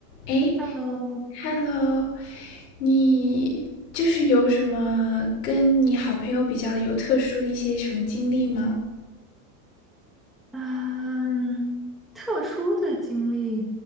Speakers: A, on the left; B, in the centre.
A: 哎
B: Hello，
A: ，Hello，你就是有什么跟你好朋友比较有特殊的一些什么经历吗？
B: 嗯，特殊的经历